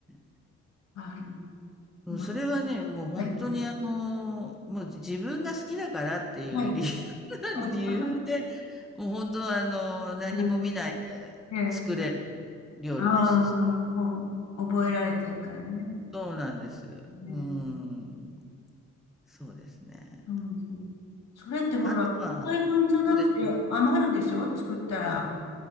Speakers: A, in the centre; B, on the left (about 60°).
A: え。
B: はい。
A: うんそれはね、
B: ま、
A: もう本当にあの、
B: はい。
A: もう自分が好きだからっていう理由、
B: はい。
A: <laughs>
B: <laughs>
A: 理由で、もう本当あの、何も見ないで
B: うんええ
A: 作れる料理の一つ。
B: ああもう、覚えられてるからね。
A: そうなんです。
B: ね。
A: うん。そうですね。
B: そうですね。それってほら、
A: あとは、
B: 一回分じゃなくて余るでしょ作ったら。
A: どうですか